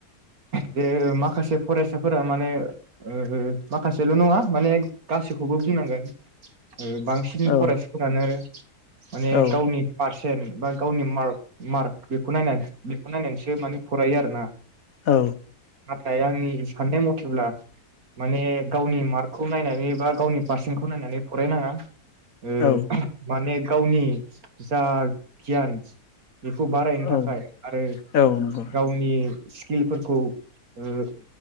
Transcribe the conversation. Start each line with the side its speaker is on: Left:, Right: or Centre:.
Right: बेे माखासे फरायसाफोरा माने ओ माखासेल' नङा माने गासैखौबो बुंनांगोन। ओ बांसिन
Left: औ
Right: फरायसाफोरानो। <inaudible> माने
Left: औ
Right: गावनि फार <unintelligible> बा गावनि मार्क मार बेखौ नायनानैसो बेखौ नायनानैसो माने फरायो आरो ना।
Left: औ।
Right: थाय आंनि साननाय मथेब्ला माने गावनि मार्कखौ नायनानै बा गावनि पारसेन्टखौ नायनानै फरायनाङा। ओ
Left: औ
Right: माने गावनि जा गियान। बेखौ बारायनो थाखाय।
Left: औ
Right: ओ
Left: औ नंगौ
Right: गावनि। स्किलफोरखौ ओ